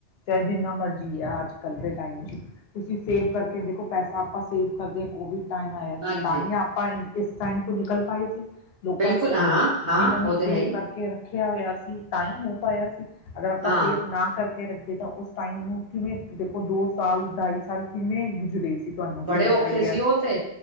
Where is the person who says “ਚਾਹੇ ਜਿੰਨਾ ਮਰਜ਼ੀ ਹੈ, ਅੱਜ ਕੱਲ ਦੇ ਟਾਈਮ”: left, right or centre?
Left